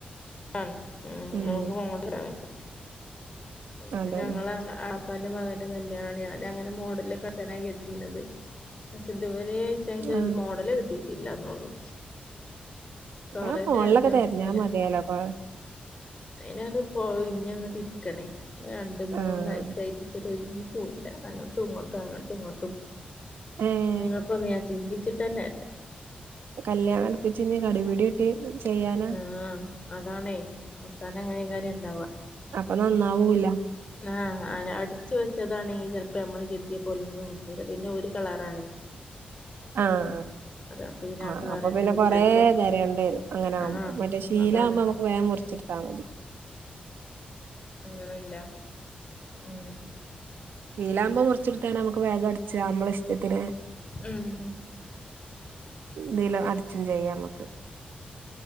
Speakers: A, on the left; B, on the right.
A: <unintelligible>
B: ഉം
A: ഇപ്പ
B: അതന്നെ
A: ഞങ്ങളെ ആപ് ളാപ്പാന്റെ മകന്റെ കല്യാണാണ്‌ ഞാൻ അങ്ങനെ മോഡൽലൊക്കെ അട്ച്ചാന കര്തീനിയത് പഷേ ഇതുവരെ ന്റെത്
B: ആഹ്
A: മോഡല് കിട്ടീട്ടില്ലാന്നുള്ളു കൊറേ
B: ആ ഫോണിലൊക്കെ
A: തെര്ഞ്ഞോക്ക്ണ്ട്
B: തെരഞ്ഞാ
A: ഞാൻ
B: മതിയല്ലോ കൊ
A: അയ്നാണ്ട് പോയ് ഒയ്ഞ്ഞങ്ങട്ട് ര്ക്കണേ രണ്ട് മൂന്നാഴ്ചായിട്ട്
B: ആഹ്
A: ഇച്ചൊരു ഒഴിവൂല്ല അങ്ങട്ടും ഇങ്ങട്ടും അങ്ങട്ടും ഇങ്ങട്ടും
B: ഏഹ്
A: അയ്മക്കൊന്നും ഞാൻ ചിന്തിച്ചിട്ടന്നെല്ല.
B: കല്യാണട്പ്പിച്ച് ഇഞ് കടി പിടി കൂട്ടി ചെയ്യാന
A: ആഹ് അതാണെ അവസാനം അങ്ങനെക്കാരെണ്ടാവാ
B: അപ്പ നന്നാവൂല്ല
A: ആഹ് അടിച്ചു വെച്ചതാണെ ഈ ചെൽപ്പം നമ്മള് കെര്തിയെ പോലൊന്നും കിട്ടൂല പിന്നെ ഒരു കളറാണെ
B: ആഹ്
A: അപ്പൊ പിന്നെ
B: ആഹ് ആ
A: കളറെന്നെ
B: അപ്പൊ പിന്നെ
A: കിട്ടും
B: കൊറെ
A: ചെലപ്പോ
B: തെരേണ്ടേരും അങ്ങനാവുമ്പം
A: ആഹ്
B: മറ്റേ ശീല
A: അതാണ്
B: ആവുമ്പോ നമ്മക്ക് വേം മുർച്ച്ട്ത്താ മതി
A: അങ്ങനെല്ല ഉം
B: ശീലാവ്മ്പം മുർച്ച്ട്ത്താണ്ട് നമ്മക്ക് വേഗ അട്ച്ച നമ്മളെഷ്ട്ടത്തിന്
A: ഉം
B: തില് അട്ചും ചെയ്യാ മ്മക്ക്